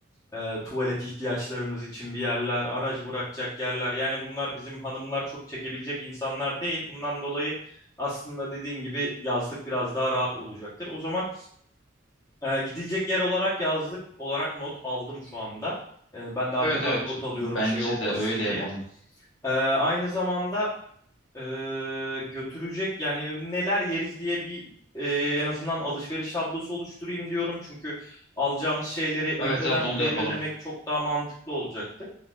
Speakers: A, on the left; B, on the left.
A: e, tuvalet ihtiyaçlarımız için bir yerler aracı bırakacak yerler yani bunlar bizim hanımlar çok çekebilecek insanlar değil bundan dolayı aslında dediğin gibi yazlık biraz daha rahat olacaktır o zaman ee, gidilecek yer olarak yazlık olarak not aldım şu anda. Ee, ben de arkadan
B: Evet evet
A: not alıyorum
B: bence
A: şey olmasın
B: de öyle yapalım.
A: diye. Ee, aynı zamanda e, götürecek yani neler yeriz diye bir e, en azından alışveriş tablosu oluşturayım diyorum. Çünkü alacağımız şeyleri önceden
B: Evet evet onu
A: belirlemek
B: da yapalım.
A: çok daha mantıklı olacaktır.